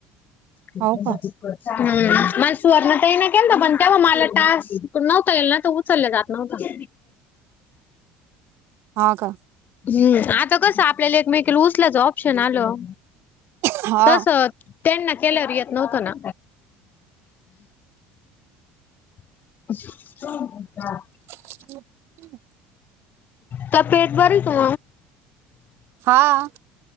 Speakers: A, on the left (about 35°); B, on the right (about 55°).
A: टाक
B: हो का
A: हं मग सुवर्णाताईना केलता, पण तेव्हा मालात टास्क, नव्हता येईल ना, तर उचलला जात नव्हता.
B: हा का?
A: हम्म आता कसं आपल्याला एकमेकीला उचलायचं ऑप्शन आलं
B: हा
A: तसं त्यांना केल्यावर येत नव्हत ना? <inaudible>
B: हम्म ह
A: तर पेट भरीतो.
B: हा